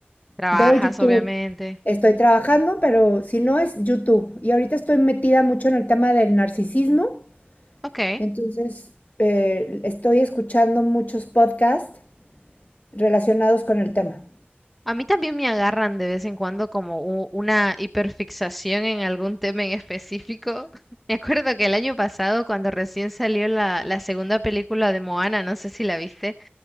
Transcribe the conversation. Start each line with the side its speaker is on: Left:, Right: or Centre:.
Centre: Trabajas,
Left: veo YouTube.
Centre: obviamente.
Left: Estoy trabajando, pero si no es YouTube. Y ahorita estoy metida mucho en el tema del narcisismo.
Centre: Ok.
Left: Entonces, eh, estoy escuchando muchos podcasts relacionados con el tema.
Centre: A mí también me agarran de vez en cuando como u- una hiperfixación en algún tema en específico. <laughs> Me acuerdo que el año pasado, cuando recién salió la, la segunda película de Moana, no sé si la viste,